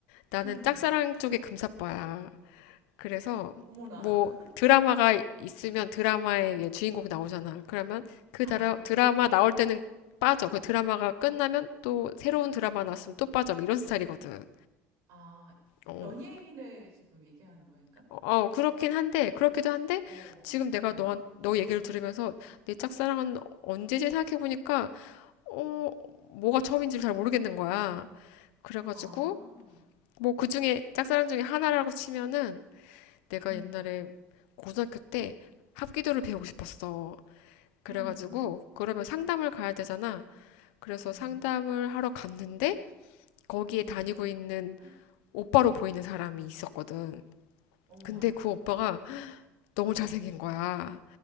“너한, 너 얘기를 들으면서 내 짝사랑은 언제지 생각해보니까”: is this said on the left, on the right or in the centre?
Left